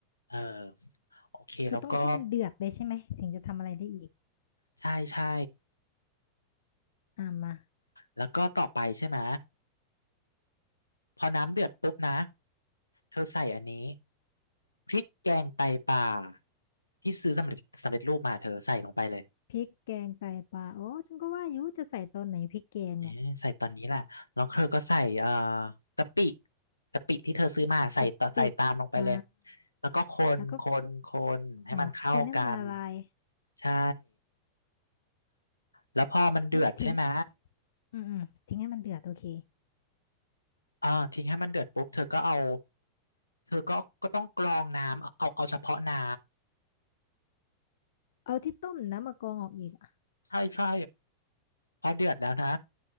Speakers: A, on the left; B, on the left.
A: เออโอเคแล้วก็
B: คือต้องให้มันเดือดเลยใช่ไหมถึงจะทำอะไรได้อีก
A: ใช่ใช่
B: อ่ามา
A: แล้วก็ต่อไปใช่ไหมพอน้ำเดือดปุ๊บนะเธอใส่อันนี้พริกแกงไตปลาที่ซื้อสำเร็จสำเร็จรูปมาเธอใส่ลงไปเลย
B: พริกแกงไตปลาโอ้ฉันก็ว่าอยู่จะใส่ตอนไหนพริกแกงเนี่ย
A: เอ๊ะใส่ตอนนี้แหละแล้วเธอก็ใส่เอ่อกะปิกะปิที่เธอซื้อมาใส่ตใส่ตามลงไปเลย
B: กะปิอ่า
A: แล้วก็คนคนคนให้มันเข้ากัน
B: แล้วก็เอ่อคนให้มันละลาย
A: ใช่แล้วพอมันเดือดใช่ไหม
B: แล้วทิ้งอืมอืมทิ้งให้มันเดือดโอเค
A: เออทิ้งให้มันเดือดปุ๊บเธอก็เอาเธอก็ก็ต้องกรองน้ำเอาเอาเฉพาะน้
B: เอาที่ต้มน้ำมะกรองออกอีกอ่ะ
A: ำใช่ใช่พอเดือดแล้วนะ